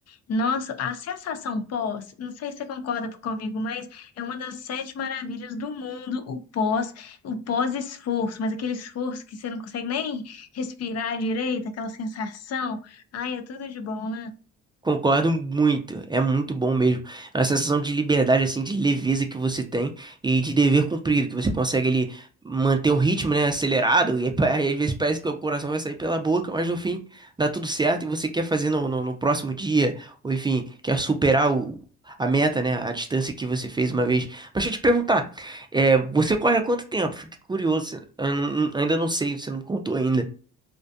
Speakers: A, on the left; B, on the right.
A: nossa, a sensação pós, não sei se você concorda comigo, mas é uma das sete maravilhas do mundo, o pós, o pós-esforço, mas aquele esforço que você não consegue nem respirar direito, aquela sensação, ai, é tudo de bom, né?
B: Concordo muito, é muito bom mesmo. É uma sensação de liberdade, assim, de leveza que você tem e de dever cumprido, que você consegue ali manter o ritmo, né, acelerado, e aí, pa- às vezes parece que o coração vai sair pela boca, mas no fim dá tudo certo e você quer fazer no, no, no próximo dia, ou enfim, quer superar o, a meta, né, a distância que você fez uma vez. Mas deixa eu te perguntar, é, você corre há quanto tempo? Fiquei curioso, eu não- ainda não sei, você não me contou ainda.